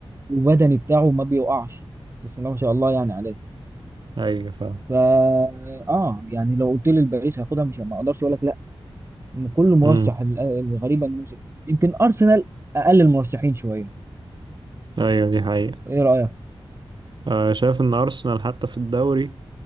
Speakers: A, on the right; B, on the right.
A: وبدني بتاعه ما بيوقعش بسم الله ما شاء الله يعني عليه
B: أيوه فاهم
A: فا اه يعني لو قلت لي الباريس هياخدها مش ما اقدرش اقول لك كله مرشح
B: مم.
A: ال- الغريبه ان موسم يمكن ارسنال اقل المرشحين شويه
B: أيوه دي حقيقة
A: ايه رايك
B: آه، شايف إن أرسنال حتى في الدوري